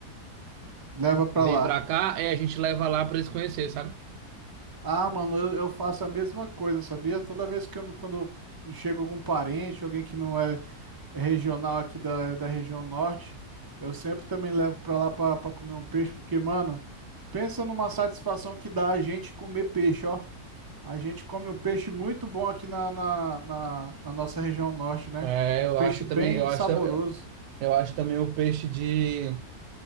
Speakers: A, on the right; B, on the right.
A: Leva pra
B: e vem
A: lá.
B: pra cá, é, a gente leva lá pra eles conhecerem, sabe?
A: Ah, mano, eu, eu faço a mesma coisa, sabia? Toda vez que eu, quando chega algum parente, alguém que não é regional aqui da, da região norte, eu sempre também levo pra lá pra, pra comer um peixe, porque, mano, pensa numa satisfação que dá a gente comer peixe, ó. A gente come um peixe muito bom aqui na, na, na, na nossa região norte, né?
B: É,
A: É um peixe
B: eu acho
A: bem
B: também, eu acho.
A: saboroso.
B: Eu acho também o peixe de,